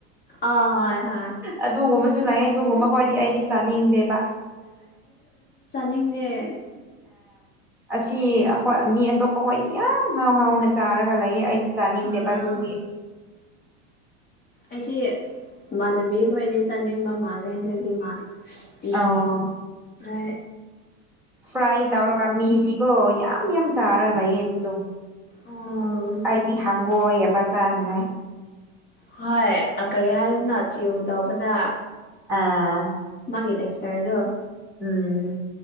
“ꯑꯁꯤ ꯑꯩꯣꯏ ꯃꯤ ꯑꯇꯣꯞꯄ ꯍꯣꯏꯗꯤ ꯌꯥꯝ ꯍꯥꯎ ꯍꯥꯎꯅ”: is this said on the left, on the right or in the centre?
Centre